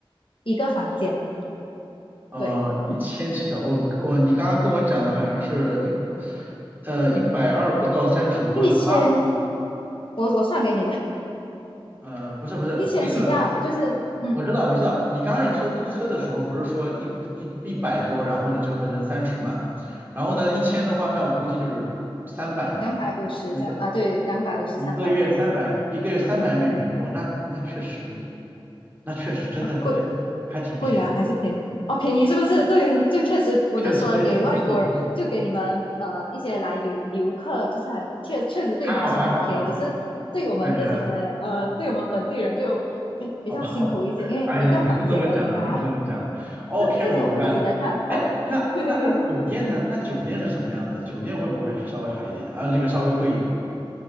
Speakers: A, on the left; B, on the right.
A: 一个房间，
B: 呃，
A: 对，
B: 一千起的。我我你刚刚跟我讲的好像是一百，呃，一百二不到三十的话那八，
A: 一千，我我算给你吧，
B: 呃，不是不是那个，
A: <laughs> 一千起跳就是嗯。
B: 我知道我知道，你刚开始说租车的时候不是说一一一百多，然后呢折合成三十嘛，然后呢一千的话，那我估计就是三百嘛。
A: 两百五十这样啊，
B: 一个。
A: 对，两百五十、
B: 一个月三百，
A: 三百这样子
B: 一个月三百美元，我那那确实，那确实真的还还挺便宜，
A: 啊，贵贵啊，还是便宜？哦，便宜是不是？对，这确实，我就说给外国人，
B: 确实还挺便宜，
A: 就给你们呃一些来旅游客，就是还确确实对你们来说很便宜，
B: 还好还好还好，
A: 只是对我们这些呃，
B: 我感觉还好，
A: 对我们本地人就比较辛苦一些，
B: 好吧好吧，
A: 因为一个房间而已嘛。
B: 哎，你不用这么讲了，不用这么讲了，OK，
A: 这这是我们自己的看法。
B: 我明白了。哎，那那那酒店呢？
A: <laughs> 对，
B: 那酒店是什么样子？酒店会不会稍微好一点？啊，那个稍微贵一点，